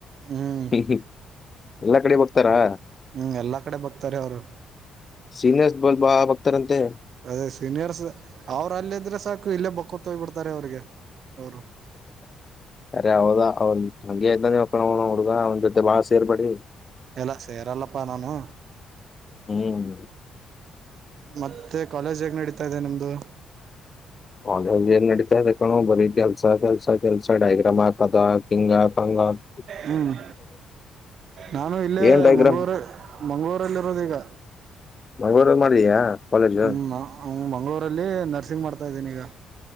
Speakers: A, on the right; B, on the left.
A: ಹ್ಮ್
B: ಹ ಹ ಎಲ್ಲಾ ಕಡೆ ತಾರಾ
A: ಹ್ಮ್ ಎಲ್ಲಾ ಕಡೆ ಬಕ್ತಾರೆ ಅವರು
B: ಸೀನಿಯರ್ಸ್ ಬಲ್ ಬಾ ಬಗ್ತಾರಂತೆ
A: ಅದೇ ಸೀನಿಯರ್ಸ್ ಅವ್ರ ಅಲ್ಲ ಇದ್ರೆ ಸಾಕು ಇಲ್ಲೇ ಬಗ್ ಕೊತೋ ಹೋಗ್ ಬಿಡ್ತಾರೆ ಅವ್ರಿಗೆ ಅವ್ರು
B: ಅರೆ ಹೌದಾ ಅವನ್ ಹಂಗೆ ಆಯ್ತ ನೀವಕನ ಹುಡ್ಗ ಅವ್ನ ಜೊತೆ ಬಾಳ ಸೇರ್ಬೇಡಿ
A: ಇಲ್ಲಾ ಸೆರಲ್ಲಪ ನಾನು
B: ಹ್ಮ್
A: ಮತ್ತೆ ಕಾಲೇಜ್ ಹೇಗ್ ನಡೀತಾ ಇದೆ ನಿಮ್ದು
B: ಅವಲ್ಲಿ ಏನ್ ನಡೀತಾ ಇದೆ ಕಣು ಬರೀ ಕೆಲ್ಸ ಕೆಲ್ಸ ಕೆಲ್ಸ ಡೈಗ್ರಾಮ್ ಹಾಕೋದು ಹಿಂಗ ಹಾಕ್ ಹಂಗ ಹಾಕ್
A: ಹ್ಮ್ ನಾನು ಇಲ್ಲೇ
B: ಏನ್ ಡೈಗ್ರಾಮ್
A: ಮಂಗ್ಗಳೂರು ಮಂಗಳೂರಲ್ಲಿರೋದ ಈಗ
B: ಮಂಗಳೂರಲ್ಲಿ ಮಾಡಿದ್ಯಾ ಕಾಲೇಜ್
A: ಹ್ಮ ಮಂಗಳೂರಲ್ಲಿ ನರ್ಸಿಂಗ್ ಮಾಡ್ತ ಮಾಡ್ತಾ ಇದೀನಿ ಈಗ